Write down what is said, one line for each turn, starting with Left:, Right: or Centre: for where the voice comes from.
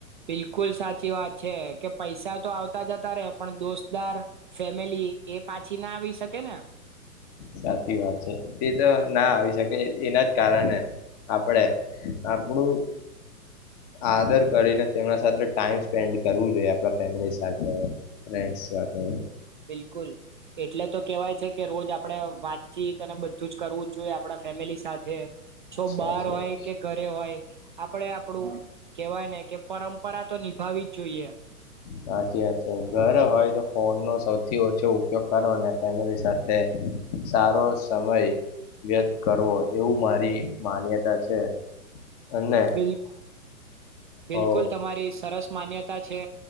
Right: બિલકુલ સાચી વાત છે કે પૈસા તો આવતા જતા રે પણ દોસ્તદાર ફેમિલી એ પાછી ના આવી શકે ને.
Left: સાચી વાત છે તે તો ના આવી શકે એના જ કારણે આપણે આપણું આદર કરીને તેમના સાથે ટાઈમ સ્પેન્ડ કરવું જોઈએ આપ ફેમિલી સાથે ફ સાથે.
Right: બિલકુલ એટલે તો કેવાય છે કે રોજ આપડે વાતચીત અને બધું જ કરવું જોઈએ આપણા ફેમિલી સાથે. છો
Left: સાચી
Right: બાર હોય
Left: વાત
Right: કે ઘરે હોય આપડે આપડું કેવાય ને કે પરંપરા તો નિભાવી. જોઈએ
Left: સાચી વાત છે ઘરે હોય તો ફોનનોો સૌથી ઓછો ઉપયોગ કરો અને ફેમિલી સાથે સારો સમય વ્યત કરવો એવું મારી માન્યતા છે અને
Right: બિલકુલ બિલકુલ
Left: હો
Right: તમારી સરસ માન્યતા છે